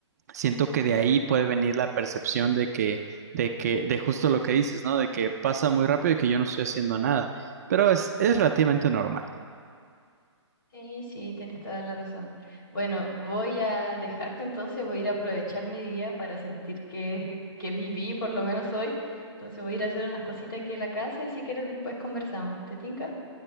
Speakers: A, on the right (about 35°); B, on the left (about 45°).
A: siento que de ahí puede venir la percepción de que, de que, de justo lo que dices, ¿no? De que pasa muy rápido y que yo no estoy haciendo nada. Pero es, es relativamente normal.
B: Sí, sí, tienes toda la razón. Bueno, voy a dejarte entonces, voy a ir a aprovechar mi día para sentir que, que viví por lo menos hoy. Entonces voy a ir a hacer unas cositas aquí en la casa y si quieres después conversamos. ¿Te tinca?